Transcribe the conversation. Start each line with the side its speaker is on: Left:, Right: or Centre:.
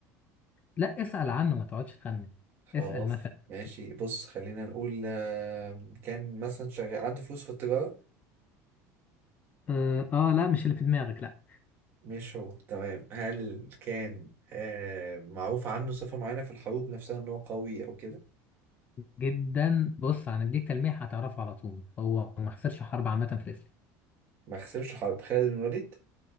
Left: لا اسأل عنه ما تقعدش تخمن
Right: خلاص
Left: اسأل مثلا
Right: ماشي بص خلينا نقول آه كان مثلا شغال عنده فلوس في التجارة
Left: اه آه، لا مش اللي في دماغك لا
Right: مش هو تمام هل كان آه معروف عنه صفة معينة في الحروب نفسها ان هو قوي او كده
Left: جدا بص هنديك تلميح هتعرفه على طول هو ما خسرش حرب عامة في الإسلام
Right: ما خسرش حرب خالد بن الوليد